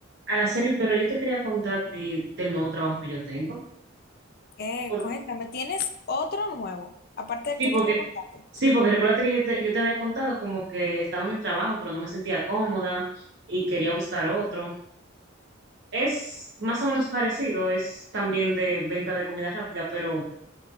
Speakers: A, on the right; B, on the left.
A: Araceli, pero yo te quería contar a ti del nuevo trabajo que yo tengo.
B: ¿Qué?
A: Por-
B: Cuéntame, ¿tienes otro nuevo, aparte
A: sí,
B: del que
A: porque,
B: tú me contaste?
A: sí, porque recuérdate que yo te, yo te había contado como que estaba en el trabajo, pero no me sentía cómoda y quería buscar otro. Es más o menos parecido, es también de venta de comida rápida, pero